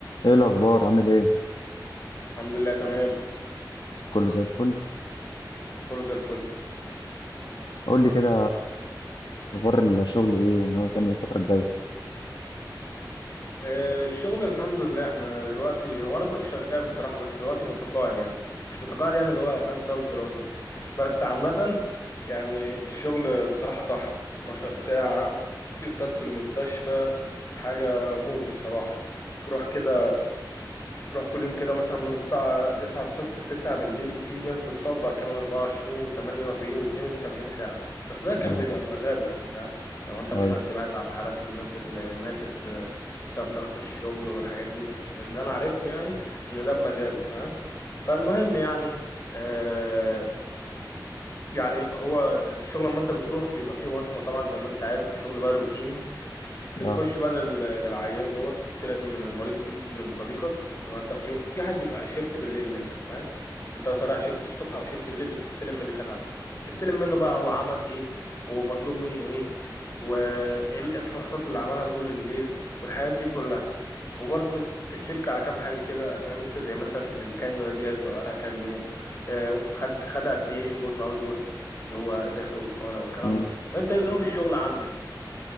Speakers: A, on the left (about 80°); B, on the left (about 40°).
A: ايه الاخبار عامل ايه
B: الحمد لله تمام
A: كله زي الفل
B: كله زي الفل
A: قول لي كده اخبار الشغل ايه وناوي تعمل ايه الفتره الجايه
B: آه، الشغل الحمد لله احنا دلوقتي هو انا كنت شغال بصراحة بس دلوقتي متقاعد يعني مش متقاعد يعني اللي هو فاهم بسبب الدراسة وكده بس عامة يعني الشغل بصراحة طحن 12 ساعة شيفتات في المستشفى حاجة موت بصراحة تروح كده تروح كل يوم كده مثلا من الساعة 9 الصبح ل 9 بالليل وفي ناس بتطبق كمان 24 و48 و72 ساعة بس ده كان
A: يا نهار
B: بيبقى
A: أبيض.
B: بمزاجه يعني فاهم لو انت
A: ايوه
B: مثلا سمعت عن حالات الناس اللي ماتت آه، بسبب ضغط الشغل والحاجات دي بس اللي انا عرفته يعني ان ده بمزاجه فاهم فالمهم يعني آه يعني هو الشغل لما انت بتروح بيبقى فيه بصمة طبعا زي ما انت عارف وشغل بقى روتيني بتخش
A: اه
B: بقى لل- للعيان جوه بتستلم من المريض من صديقك يبقى انت في في حد بيبقى شيفت بالليل منك فاهم انت مثلا رايح شيفت الصبح او شيفت بالليل بتستلم من اللي كان قبل تستلم منه بقى هو عمل ايه ومطلوب منه ايه وايه ال- إيه الفحوصات اللي عملها طول الليل والحاجات دي كلها وبرضه بتتشك على كام حاجة كده فاهم انت زي مثلا الكانيولا دي راكبة بقالها كام يوم آه، خد خد قد ايه انبوت واوت بوت اللي هو داخل والطالع والكلام
A: امم
B: ده وانت إيه ظروف الشغل عندك